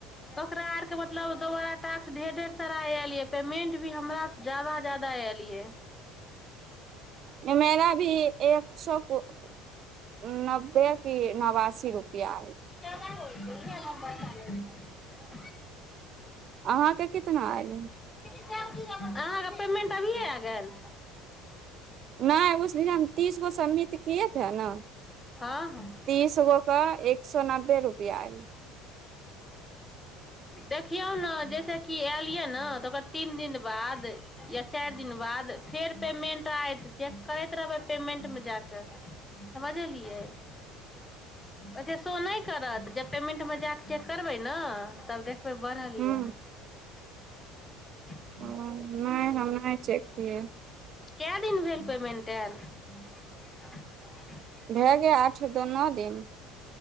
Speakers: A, on the left; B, on the right.
A: ओकरा आरके मतलब दोबारा टास्क ढेर ढेर सरा आल पेमेंट भी हमर जादा जादा एयलियै।
B: मेरा भी एक सो कुछ नब्बे की नवासी रुपआ।
A: हो नर <unintelligible>
B: अहाँके कितना आइले
A: अहाँके पेमेंट अभिए आ गेल।
B: नहि उस तीस गो सम किए थे ने
A: हँ हँ
B: तीस गोके एक सए नब्बे रुपआ एल।
A: देखियौ न जैसेक कि आयलियै ने। ओकर तीन दिन बाद। चारि दिन बाद फेर पेमेंट आयत चेक करैत रहबे पेमेंटमे जाक समझलियै‌ अच्छा सो की करत जब पेमेंटमे जााक चेक करबै ने तब देखबै बढ़लियै
B: हूँ
A: <unintelligible>
B: ओ नहि हम नहि चेक किये
A: के दिन भेल पेमेन्ट एल <unintelligible> <unintelligible>
B: भए गेल आठ दो नओ दिन